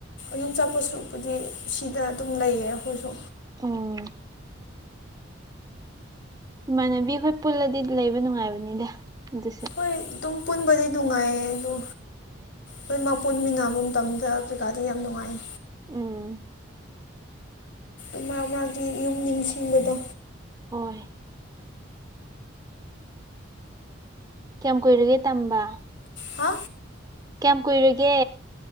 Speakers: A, on the left; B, on the right.
A: ꯌꯨꯝꯆꯥꯄꯣꯠ ꯁꯔꯨꯛꯄꯨꯗꯤ ꯁꯤꯗ ꯑꯗꯨꯝ ꯂꯩꯌꯦ ꯑꯩꯈꯣꯏꯁꯨ
B: ꯎꯝ ꯏꯃꯥꯟꯅꯕꯤ ꯑꯩꯈꯣꯏ ꯄꯨꯜꯂꯗꯤ ꯂꯩꯕ ꯅꯨꯡꯉꯥꯏꯕꯅꯤꯗ ꯑꯗꯨꯁꯨꯦ
A: ꯍꯣꯏ ꯑꯗꯨꯝ ꯄꯨꯟꯕꯗꯤ ꯅꯨꯡꯉꯥꯏꯌꯦ ꯑꯗꯣ ꯂꯣꯏꯅꯃꯛ ꯄꯨꯟꯃꯤꯟꯅꯕ ꯃꯇꯝꯗ ꯀꯩꯀꯥꯗꯤ ꯌꯥꯝ ꯅꯨꯡꯉꯥꯌꯦ
B: ꯎꯝ
A: ꯏꯃ ꯃꯥꯒꯤ ꯌꯨꯝ ꯅꯤꯡꯁꯤꯡꯕꯗꯣ
B: ꯍꯣꯏ ꯀꯌꯥꯝ ꯀꯨꯏꯔꯒꯦ ꯇꯝꯕꯥ
A: ꯍꯥ
B: ꯀꯌꯥꯝ ꯀꯨꯏꯔꯒꯦ